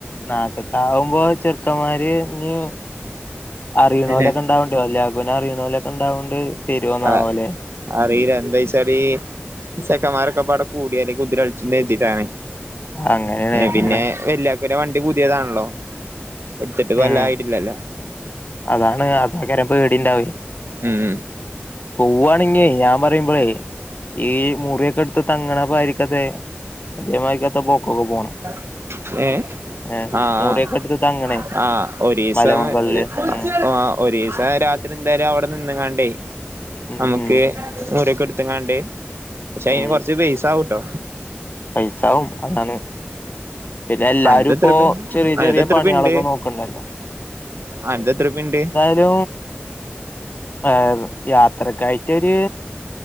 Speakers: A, on the left (about 45°); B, on the right (about 80°).
A: നാട്ട താവുമ്പോ ചെറുക്കന്മാര് ഇ അറിണോലൊക്കെ
B: അനെ
A: ണ്ടാവണ്ടോ ലഘുന അറിണോലൊക്കെ ണ്ടാവണ്ട്യ തര്യോന്നാവോ
B: ആ
A: ലേ.
B: അറിയില്ല എന്താച്ചാല്ല് ചെക്കന്മാരൊക്കെ ഒകപാടെ കൂടിയാല്ല്കുതിരളിച്ചന്ന് കരി തിട്ടാണ്
A: അങ്ങനെയാണ്
B: എ പിന്നെ
A: അതാണ്
B: വല്ല പിന്നെ വണ്ടി പുത്യേതാൺല്ലോ ഇട്ത്തിട്ട് വല്ല
A: ഉം
B: ആയ്ട്ടില്ലല്ലോ.
A: അതാണ് അതേയ്ക്കാരം പേടിണ്ടാവെയ്
B: ഉം ഉം
A: പോവാണെങ്ങേ ഞാൻ പറയ്മ്പ്ളേ ഈ മുറിയൊക്കെട്ത്ത് തങ്ങിണ പായിരിക്കത്തെ അതേമാരിക്കത്തെ പോക്കൊക്കെ പോണം
B: ആ <unintelligible> ഏഹ്
A: ഏഹ്
B: ആഹ്
A: മുറിയൊക്കെ എടുത്ത് തങ്ങണേ
B: ആഹ് ആഹ് ഒരീസം.
A: മലമുകളില് ഉം
B: ആഹ് ഒരിസ രാത്രി ന്തായാലും അവിടെ നിന്ന് കാണ്ടെ.
A: ഉം
B: നമ്മുക്ക്
A: ഉം
B: മൂറ്യൊക്കെ ഇട്ത്തിങ്ങാണ്ട് പഷെ ഐന്
A: ഉം
B: കൊർച്ച് പൈസ ആവുട്ടോ
A: പൈസാവും അതാണ് പിന്നെ എല്ലാരും
B: അന്റെത് എത്രുപ്യെ
A: ഇപ്പോ ചെറിയ
B: അന്റത്
A: ചെറിയ
B: എത്രുപ്യെണ്ട്
A: പണികളൊക്കെ നോക്കണ്ടല്ലോ
B: ആന്റെ എത്രുപ്യണ്ട്
A: ൻ്റൂ ഏഹ് യാത്രക്കായ്ട്ടൊര്